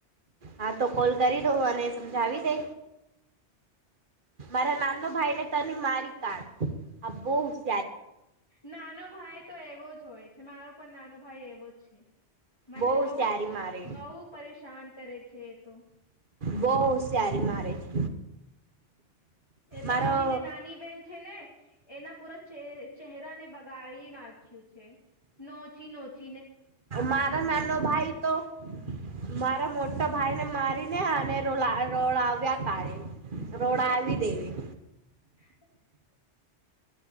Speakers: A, on the right (about 50°); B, on the left (about 20°).
A: હા તો કોલ કરી દઉં અને સમજાવી દે. મારા નામનો ભાઈ ને તને મારી <unintelligible> આ <unintelligible>
B: નાનો ભાઈ તો એવો જ હોય છે, મારો પણ નાનો ભાઈ એવો જ છે. મને
A: બહુ હોશિયારી
B: બહ
A: મારે
B: બહુ પરેશાન કરે છે, એ તો
A: બહ <unintelligible> સારી મારે છે.
B: એ તો
A: મારો
B: મારી જે નાની બેહેન છે, ને એના પૂરા ચહેરાને. ગાળી નાખ્યું છે, નોચી નોચી.
A: મારા નાનો ભાઈ. તો મારા મોટા ભાઈ ને મારીને <unintelligible> રોડ <unintelligible> <unintelligible> આવી <unintelligible>
B: <inaudible>